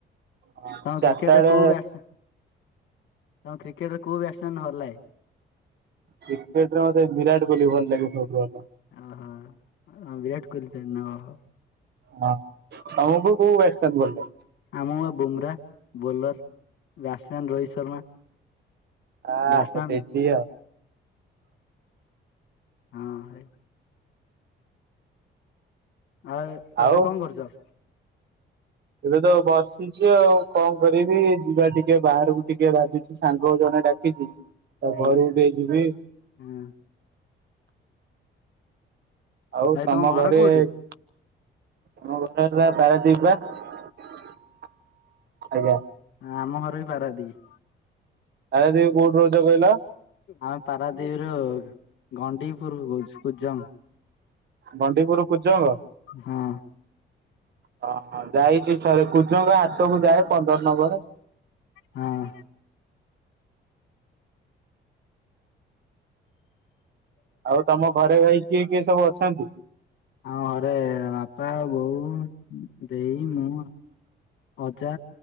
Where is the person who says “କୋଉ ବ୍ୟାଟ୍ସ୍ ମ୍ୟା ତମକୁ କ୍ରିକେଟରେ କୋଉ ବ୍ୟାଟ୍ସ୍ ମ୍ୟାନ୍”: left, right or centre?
Left